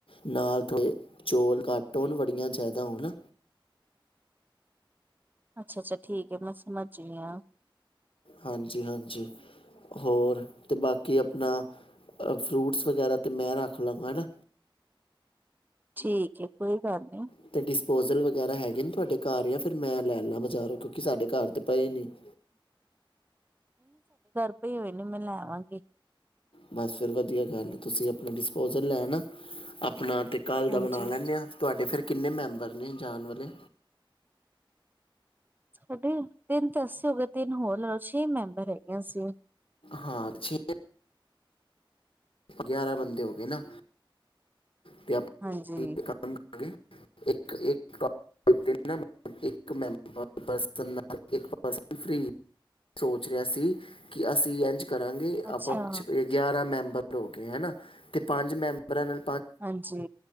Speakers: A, on the left; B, on the right.
A: ਨਾਲ ਥੋੜੇਚੌਲ ਘੱਟ ਹੋਣ ਬੜੀਆਂ ਜ਼ਿਆਦਾ ਹੋਣ
B: ਅੱਛਾ ਅੱਛਾ ਠੀਕ ਹੈ ਮੈਂ ਸਮਝ ਗਈ ਹਾਂ
A: ਹਾਂਜੀ ਹਾਂਜੀ ਹੋਰ ਅਤੇ ਬਾਕੀ ਆਪਣਾ ਫਰੂਟਸ ਵਗੈਰਾ ਤਾਂ ਮੈਂ ਰੱਖ ਲਵਾਂ ਹੈ ਨਾ
B: ਠੀਕ ਹੈ ਕੋਈ ਗੱਲ ਨਹੀਂ
A: ਅਤੇ ਡਿਸਪੋਜਲ ਵਗੈਰਾ ਹੈਗੇ ਨਹੀਂ ਤੁਹਾਡੇ ਘਰ ਜਾਂ ਫਿਰ ਮੈਂ ਲੈ ਲਾ ਬਾਜ਼ਾਰੋਂ ਕਿਉਂਕਿ ਸਾਡੇ ਘਰ ਤਾਂ ਪਏ ਨੇ <unintelligible>
B: ੇ ਪਏ ਹੋਏਹੋਏ ਨ ਮੈਂ ਲੈਵਾਂਗੀ
A: ਬਸ ਫਿਰ ਵਧੀਆ ਗੱਲ ਹੈ ਤੁਸੀਂ ਆਪਣਾ ਡਿਸਪੋਜ਼ਲ ਲੈ ਨਾ ਆਪਣਾ ਅਤੇ ਕਾਲ ਦਾ
B: ਹਾਂਜੀ
A: ਬਣਾ ਲੈਂਦੇ ਹਾਂ ਤੁਹਾਡੇ ਫਿਰ ਕਿੰਨੇ ਮੈਂਬਰ ਨੇ ਜਾਣ ਵਾਲੇ
B: ਸਾਡੇ ਤਿੰਨ ਤਾਂ ਅਸੀ ਹੋ ਗਏ ਤਿੰਨ ਹੋਰ ਛੇ ਮੈਂਬਰ ਹੈਗੇੀਆਂ ਸੀ
A: ਹਾਂ ੀ ਗਿਆਰਾਂ ਬੰਦੇ ਹੋ ਗਏ ਨਾ ਤੇ ਅਪਾ
B: ਹਾਂਜੀ
A: <unintelligible> <unintelligible> ਸੋਚ ਰਿਹਾ ਸੀ ਕਿ ਅਸੀਂ ਐਂਜ ਕਰਾਂਗੇ
B: ਅੱਛਾ
A: ਆਪਾਂ ਗਿਆਰਾਂ ਮੈਂਬਰ ਹੋ ਗੇ ਹਨਾ ਤੇ ਪੰਜ ਮੈਂਬਰਾਂ ਨਾਲ
B: ਹਾਂਜੀ